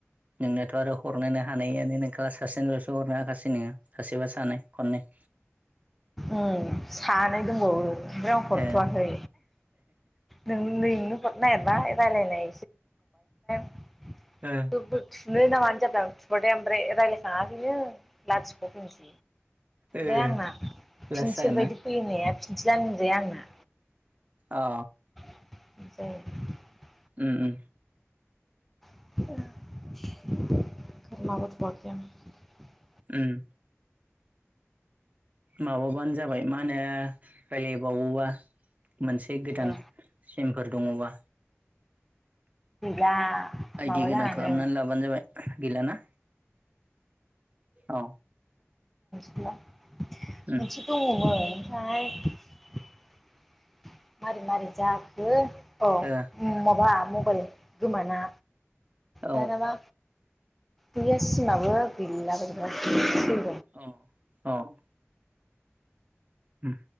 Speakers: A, on the right (about 30°); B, in the centre.
A: नोंनाथ' आरो हरनोनो हानायानो नोंखाला सासेनिल'सो हरनो हाखासै नोङो। <inaudible>
B: उ सानै दंबावो ओमफ्राय आं हरथ'वाखै।
A: ओ
B: नों नोंनो हरनाय <unintelligible>
A: ओ
B: थुनो ना मानो जाबाय आं थुबाथाय आमफ्राय रायलायखाङाखैनो। लाथिख'
A: ओ
B: बे आंना फिनसिल
A: लास जागोनना
B: बायदि फैयोनै। <unintelligible> आंना।
A: औ।
B: जायो
A: उ उ।
B: <unintelligible>
A: उम। माबाबानो जाबाय मा होनो रायलायबावोबा मोनसे गोदान
B: ए
A: सिमफोर दङबा।
B: गैला
A: आइदि
B: माबा
A: गोदान
B: जानानै
A: खालामनानै लाबानो जाबाय गैलाना? औ।
B: मोनसे
A: उम
B: दङमोन ओमफ्राय मारै मारै जाखो औ
A: ओ
B: माबा मबाइल गोमाना
A: औ
B: दानाबा गैया सिमाबो गैला बोरैबा
A: औ औ। उम।